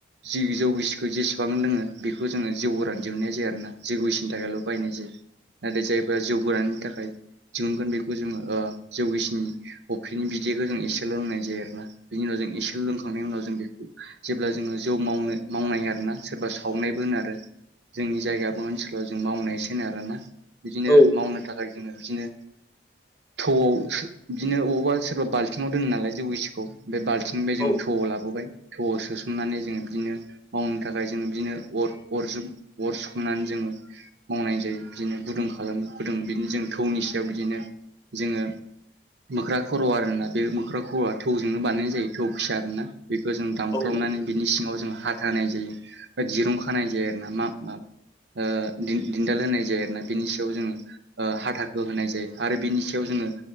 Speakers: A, on the right; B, on the left.
A: जि जौगिसिखौ जेसेबां लोङो बेखौ जोङो जौ गोरान जोबनाय जाया आरोना जौ गोैसिनि थाखायल' बायनाय जायो। नाथाय जायफोरा जौराननि थाखाय दिहुनगोन बेखौ जोङो ओ जौगिसिनि अफ्रिनि बिदैखौ जों एसे लोंनाय जायो आरोना बिनि उनाव जों एसे लोंखांनायनि उनाव जों बेखौ जेब्ला जोङो जौ मावनो मावनाय आरोना सोरबा सावनायबो होनो आरो। जोंनि जायगायाबो ओनसोलाव जों मावनायसो होनो आरो आरोना। बिदिनो
B: औ
A: मावनो थाखाय जोङो बिदिनो थौआवसो बिदिनो अबावबा सोरबा बाल्थिङाव दोनो नालाय जौ गिसिखौ बे बाल्थिंनिफ्राय
B: औ
A: जों थौवआव लाबोबाय। थौआव सो सोमनानै जोङो बिदिनो मावनो थाखाय जोङो बिदिनो अर अरजों अर सुखांनानै जोङो मावनाय जायो बिदिनो गुदुं खालामो गुदुं बिदिनो जों थौनि सायाव बिदिनो जोङो मोख्रा खर' आर ना बे मोख्रा खर'आ थौजोंनो बानायनाय जायो थौ फिसा आरो ना बेखौ जों दानफ्लंनानै
B: औ
A: बिनि सिङाव जों हा थानाय जायो दा दिरुं खानाय जाया आरो ना मा मा ओ दिन दिनदाल होनाय जाया आरोना बिनि सायाव जोङो ओ हाथाखौ होनाय जायो आरो बिनि सायाव जोङो